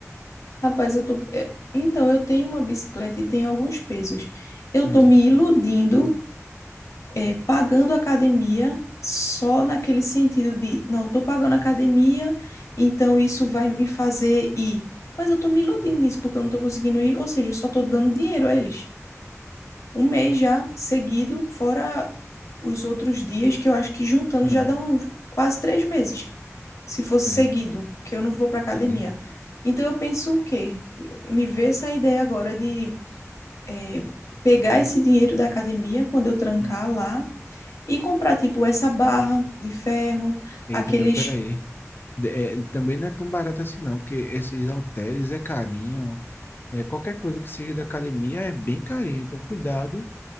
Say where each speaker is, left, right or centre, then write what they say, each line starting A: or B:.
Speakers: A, on the left; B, on the left.
A: Rapaz, eu tô. é, Então, eu tenho uma bicicleta e tenho alguns pesos. Eu
B: Hum,
A: tô me iludindo, é, pagando academia só naquele sentido de, não, eu tô pagando academia, então isso vai me fazer ir. Mas eu tô me iludindo nisso porque eu não tô conseguindo ir, ou seja, eu só tô dando dinheiro a eles um mês já seguido, fora os outros dias, que eu acho que juntando
B: hum,
A: já dá uns quase três meses, se fosse
B: é,
A: seguido, que eu não vou para academia.
B: entendi.
A: Então eu penso o quê? Me vê essa ideia agora de eh, pegar esse dinheiro da academia quando eu trancar
B: Hum.
A: lá e comprar tipo essa barra de ferro,
B: Eita,
A: aqueles.
B: mas peraí. De- é, também não é tão barato assim, não, porque esses halteres é carinho. É, qualquer coisa que seja da academia é bem carinho. Então, cuidado